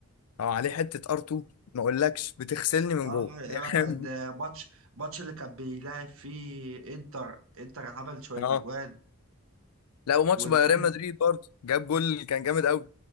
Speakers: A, on the left; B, on the right.
A: هو عليه حته ار2 ما اقولكش بتغسلني من
B: اه
A: جوه
B: يعني
A: <laughs> يعني
B: كان ماتش ماتش اللي كان بيلاعب فيه انتر انتر عمل شوية
A: اه
B: اجوان
A: لا وماتش
B: والجون
A: بايرن ريال مدريد برضه جاب جول كان جامد قوي